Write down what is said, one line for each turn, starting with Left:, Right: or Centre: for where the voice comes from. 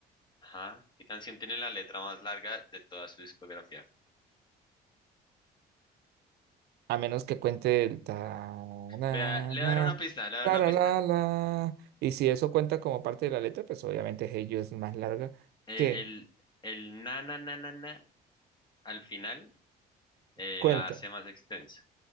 Left: Ajá. ¿Qué canción tiene la letra más larga de toda su discografía?
Right: A menos que cuente el ta na
Left: Vea, le daré
Right: na
Left: una pista, le daré
Right: la
Left: una
Right: la
Left: pista.
Right: la la. Y si eso cuenta como parte de la letra, pues obviamente Hey You es más larga
Left: Eh,
Right: que
Left: el, el na na na na na al final eh,
Right: cuenta.
Left: la hace más extensa.